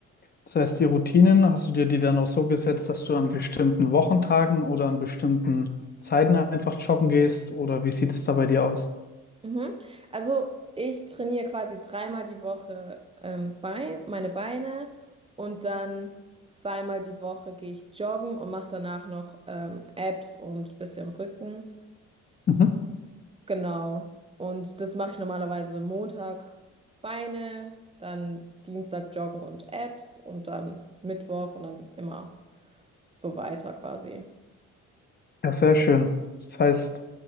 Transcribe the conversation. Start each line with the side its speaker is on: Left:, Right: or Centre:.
Left: Das heißt, die Routinen, hast du dir die dann auch so gesetzt, dass du an bestimmten Wochentagen oder an bestimmten Zeiten einfach joggen gehst? Oder wie sieht es da bei dir aus?
Right: Mhm. Also ich trainiere quasi dreimal die Woche ähm, Bein, meine Beine und dann zweimal die Woche gehe ich joggen und mache danach noch ähm, Abs und bisschen Rücken.
Left: Mhm.
Right: Genau. Und das mache ich normalerweise Montag Beine, dann Dienstag Joggen und Abs und dann Mittwoch und dann immer so weiter quasi.
Left: Ja, sehr schön. Das heißt,